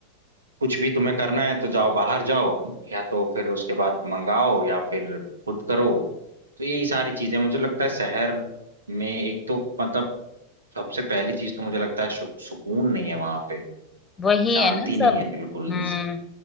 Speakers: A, on the right; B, on the left.
A: कुछ भी तुम्हें करना है तो जाओ बाहर जाओ या तो फिर उसके बाद मंगाओ या फिर खुद करो तो यही सारी चीजें मुझे लगता है शहर में एक तो मतलब सबसे पहली चीज तो मुझे लगता है सु- सुकून नहीं है वहां पे
B: वही
A: शांति
B: है ना सब
A: नहीं है बिल्कुल
B: हम्म